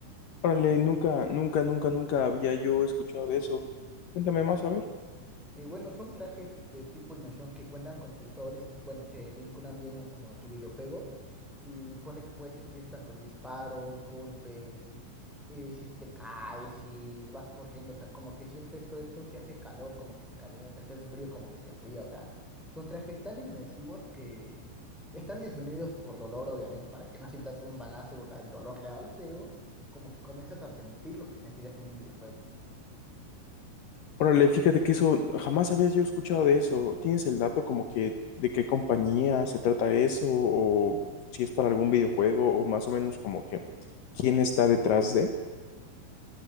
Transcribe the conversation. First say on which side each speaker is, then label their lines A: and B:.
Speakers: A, on the left; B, in the centre.
A: Órale, nunca, nunca, nunca, nunca había yo escuchado de eso. Cuéntame más, a ver.
B: Y bueno, son trajes de tipo inmersión que cuentan con sensores y bueno, se vinculan bien a como a tu videojuego y ponle que puedes sentir tantos disparos, golpes, eh, si te caes, si vas corriendo, o sea, como que sientes todo esto, si hace calor como que se calienta, si hace frío como que se enfría, o sea, son trajes tan inmersivos que están disminuidos por dolor, obviamente, para que no sientas un balazo, o sea, el dolor real, pero como que comienzas a sentir lo que sentirías en un videojuego.
A: Órale, fíjate que eso, jamás había yo escuchado de eso. ¿Tienes el dato como que de qué compañía se trata eso? ¿O si es para algún videojuego? ¿O más o menos como que quién está detrás de?